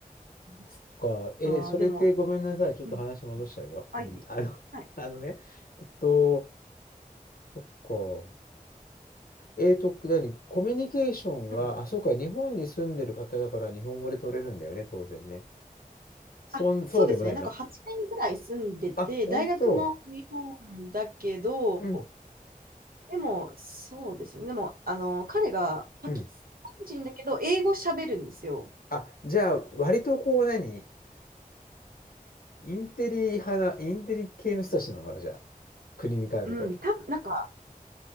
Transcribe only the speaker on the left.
そっか。
え、それってごめんなさい。
ちょっと話戻しちゃうよ。
うん。あの、
<laughs> あのね。えっと、そっか。えーえーと、何コミュニケーションは、
あ、そうか、日本に住んでる方だから日本語で取れるんだよね、当然ね。そん、
そうでもないの
あ、本当。
うん。
うん。
あ、じゃあ、割とこう何インテリ派な、インテリ系の人たちなのかな、じゃあ。国に帰ると。